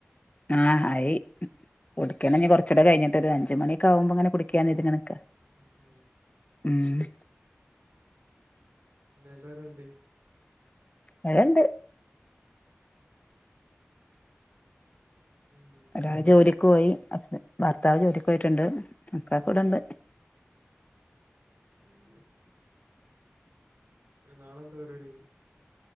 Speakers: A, on the left; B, on the right.
A: ആഹ് ആയി
B: ഉം.
A: കൊടക്കണന്നേ കൊറ കൊറച്ചൂടെ കഴിഞ്ഞിട്ട് ഒരഞ്ച് മണിക്കകുമ്പ ഇങ്ങനെ കുടിക്കാൻന്ന് കരുതി ഇങ്ങനക്കെ
B: ഉം ഉം
A: ഉം
B: പിന്നെ എല്ലാരും എന്ത്യേ
A: വടെ ണ്ട്
B: ഉം.
A: ഒരാള് ജോലിക്ക് പോയി ഹസ്ബൻ ഭർത്താവ് ജോലിക്ക് പോയ്ട്ട്ണ്ട് മക്കളൊക്കെ വ്ടെണ്ട്
B: <unintelligible> ഇയ്യ് നാളെ ന്ത് പരിവാടിയ്യുന്നു